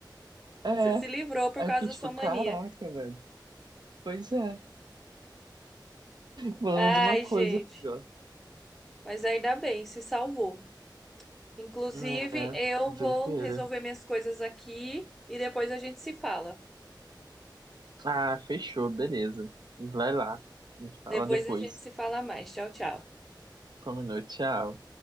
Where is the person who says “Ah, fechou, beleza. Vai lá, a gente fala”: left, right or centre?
Right